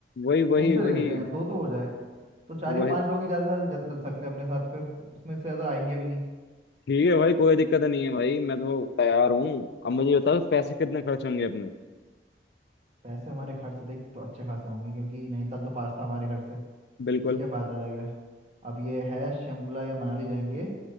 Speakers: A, on the left; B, on the right.
A: वही वही
B: तो उनसे
A: वही
B: ले लेते हैं दो तो हो जाएगा तो चार
A: वही
B: या पांच लोग ही ज़्यादा से ज़्यादा चल सकते हैं अपने साथ फिर उसमें से ज़्यादा आएंगे भी नहीं
A: ठीक है भाई कोई दिक्कत नहीं है भाई मैं तो तैयार हूँ अब मुझे बताओ पैसे कितने खर्च होंगे अपने
B: पैसे हमारे खर्च देख तो अच्छे खासे होंगे क्योंकि नैनीताल तो पास था हमारे घर से
A: बिल्कुल
B: ठीक है बात अलग है अब ये है शिमला या मनाली जाएंगे